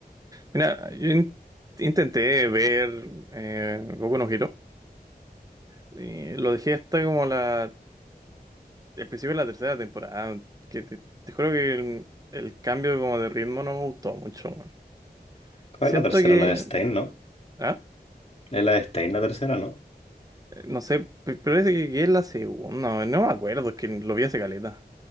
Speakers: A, on the right; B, on the left.
A: Mira, yo in- intenté ver eh, Boku no Hero. y lo dejé hasta como la, el principio de la tercera temporada. Que te, te juro que el, el cambio como de ritmo no me gustó mucho, weón.
B: ¿Cuál
A: Siento
B: es la tercera?
A: que...
B: La de Stein, ¿no?
A: Ah,
B: Es la de Stein la tercera, ¿no?
A: no sé, p- parece que que es la segunda. No me acuerdo, es que lo vi hace caleta.